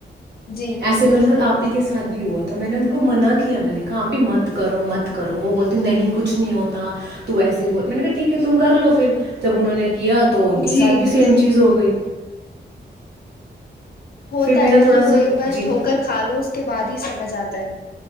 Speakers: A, on the left; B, on the right.
A: جی
B: ایسے میرے ساتھ آپ <unintelligible> آپی کے ساتھ بھی ہوا تھا میں نے ان کو منع کیا میں نے کہا آپ ہی مت کرو مت کرو وہ بولتے نہیں کچھ نہیں ہوتا تو ایسے ہی بول میں نے کہا ٹھیک ہے تم کر لو پھر جب انہوں نے کیا تو ان کے ساتھ
A: جی
B: بھی سیم چیز ہو گئی
A: ہوتا
B: پھر میرا
A: ہے نا
B: تھوڑا
A: کہ وہ
B: سا
A: ایک بار
B: جی
A: ٹھو کر کھا لو اس کے بعد ہی سب مزہ آتا ہے